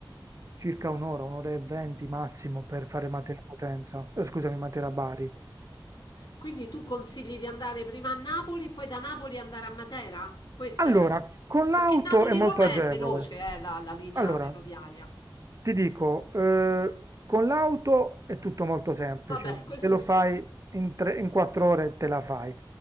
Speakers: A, on the right; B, on the left.
A: circa un'ora, un'ora e venti massimo per fare Matera-Potenza, eh, scusami, Matera-Bari.
B: Quindi tu consigli di andare prima a Napoli e poi da Napoli andare a Matera? Questa
A: Allora,
B: è la linea
A: con l'auto
B: perché Napoli-Roma
A: è molto agevole.
B: è veloce, eh, la la linea
A: Allora,
B: ferroviaria.
A: Ti dico, eh, con l'auto è tutto molto semplice,
B: Vabbè, questo
A: te lo
B: sì.
A: fai in, tre- in quattro ore, te la fai.